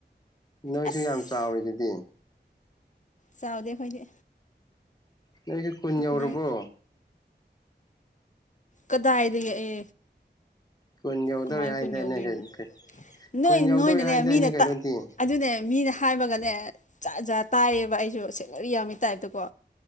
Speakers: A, on the left (about 20°); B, on the left (about 45°).
A: ꯅꯣꯏꯁꯨ
B: ꯑꯁ
A: ꯌꯥꯝ ꯆꯥꯎꯔꯤꯗꯨꯗꯤ <inaudible>
B: ꯆꯥꯎꯗꯦ ꯑꯩꯈꯣꯏꯗꯤ
A: ꯅꯣꯏꯁꯨ ꯀꯨꯟꯌꯧꯔꯕꯣ
B: ꯅꯪ ꯀꯗꯥꯏꯗꯒꯤ ꯑꯦ
A: ꯀꯨꯟ ꯌꯧꯗꯧꯔꯦ
B: ꯀꯃꯥꯏꯅ
A: ꯍꯥꯏꯗꯥꯏꯅꯦ
B: ꯀꯨꯟ ꯌꯧꯗꯣꯏꯅꯣ
A: ꯀꯩ
B: ꯅꯣꯏ
A: ꯀꯨꯟ ꯌꯧꯗꯧꯔꯦ
B: ꯅꯣꯏꯅꯅꯦ
A: ꯍꯥꯏꯗꯥꯏꯅꯦ
B: ꯃꯤꯅ
A: ꯀꯩꯅꯣꯗꯤ
B: ꯇ ꯑꯗꯨꯅꯦ ꯃꯤꯅ ꯍꯥꯏꯕꯒꯅꯦ ꯖꯥꯠ ꯖꯥꯠ ꯇꯥꯏꯌꯦꯕ ꯑꯩꯁꯨ ꯁꯦ ꯌꯥꯝꯃꯤ ꯇꯥꯏ꯭ꯞꯇꯀꯣ